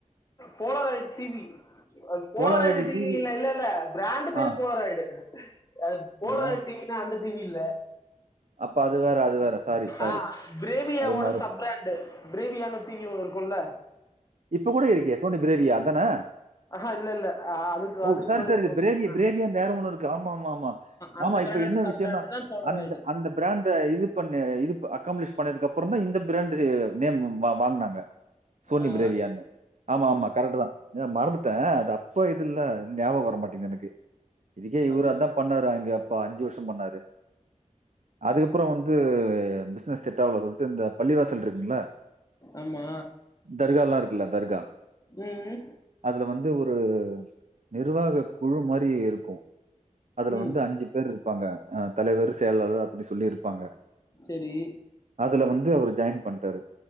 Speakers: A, on the left (about 25°); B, on the right (about 60°).
A: Polaroid T V Polaroid
B: Polaroid
A: T
B: TV
A: V இல்ல இல்ல பிராண்ட் பேரு
B: ஆ
A: போலாராயிடு ஆ போலராயிடு
B: பிராண்ட்
A: டி வினா அந்த டி வி இல்ல
B: அப்ப அது வேற அது வேற சாரி சாரி
A: ஆ பிரேவியாவோட
B: அது மாறும்
A: சப் பிராண்டு பிரேவியான்னு டி வி ஒண்ணு இருக்குல்ல
B: இப்ப கூட இருக்கே சோனி பிரேவியா அதானே
A: ஆஹா இல்ல இல்ல ஆ, அதுக்கு
B: ஓ
A: அதுக்கு
B: சாரி
A: முன்னாடி
B: சாரி
A: ஒன்று
B: இது பிரேவிய பிரேவிய வேற ஒண்ணு இருக்கு ஆமா ஆமா ஆமா
A: அந்த
B: ஆமா
A: பிராண்டோட
B: இப்ப என்ன
A: சப்
B: விஷயன்னா
A: பிராண்ட் தான் போலராய்டு
B: அந்த அந்த பிராண்ட இது பண்ணு இது அக்காம்பலிஷ் பண்ணதுக்கு அப்பறோ தா இந்த பிராண்டு நேம் வாங்கனாங்க
A: ஆ
B: பிரேவியான்னு ஆமா ஆமா கரெக்ட் தா மறந்துட்டே அது அப்ப இது இல்ல ஞாபகம் வர மாட்டேங்குது எனக்கு இதுக்கே இவரா
A: ஆமா
B: இருந்தா பண்ணாரு அங்க அப்பா அஞ்சு வருஷோ பண்ணாரு அதுக்கப்ற வந்து பிசினஸ் செட் ஆகலன் சொல்லிட்டு இந்த பள்ளிவாசல் இருக்குல்ல
A: ஆமா
B: தர்காலா இருக்குல தர்கா
A: ம்
B: அதுல வந்து ஒரு நிர்வாக குழு மாரி இருக்கு அதுல
A: ம்
B: வந்து அஞ்சு பேர் இருப்பாங்க அ தலைவர் செயலாளர் அப்டி சொல்லி இருப்பாங்க
A: செரி
B: அதுல வந்து அவரு ஜாயின் பண்டாரு